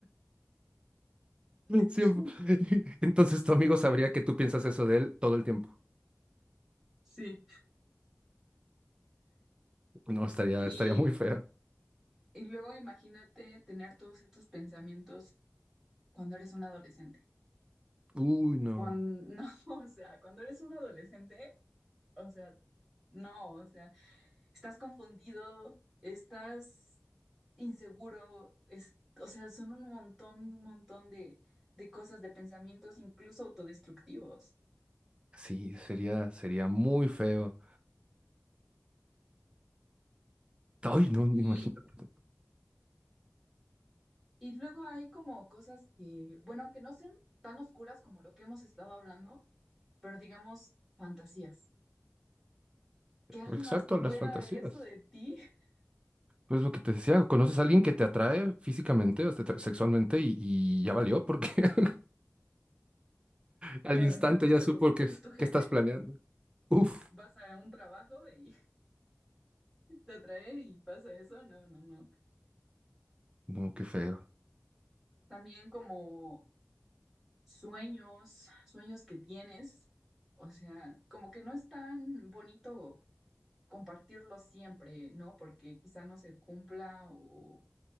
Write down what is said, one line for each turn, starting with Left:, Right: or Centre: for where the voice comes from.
Right: <laughs> Siempre.
Centre: <laughs>
Right: <laughs> Entonces tu amigo sabría que tú piensas eso de él todo el tiempo.
Centre: Sí.
Right: No, estaría,
Centre: Y,
Right: estaría muy feo.
Centre: y luego imagínate tener todos estos pensamientos cuando eres un adolescente.
Right: Uy, no.
Centre: Cuando, <laughs> no, o sea, cuando eres un adolescente, o sea, no, o sea. estás confundido, estás inseguro, es, o sea, son un montón, un montón de, de cosas, de pensamientos incluso autodestructivos.
Right: Sí, sería, sería muy feo. Ay, no,
Centre: Y,
Right: imagínate.
Centre: y luego hay como cosas que, bueno, aunque no sean tan oscuras como lo que hemos estado hablando, pero digamos fantasías. Que alguien
Right: Exacto,
Centre: más
Right: a las
Centre: pueda
Right: fantasías.
Centre: ver eso de ti. <laughs>
Right: Pues lo que te decía, conoces a alguien que te atrae físicamente o te atrae sexualmente y, y ya valió porque <laughs> al
Centre: No,
Right: instante
Centre: imagínate, es
Right: ya
Centre: tu,
Right: supo que,
Centre: es
Right: es-
Centre: tu jefe,
Right: que estás planeando. Uf,
Centre: vas a un trabajo y <laughs> te atrae y pasa eso. No, no, no.
Right: no, qué feo.
Centre: También como sueños, sueños que tienes. O sea, como que no es tan bonito compartirlo siempre, ¿no? Porque quizá no se cumpla o,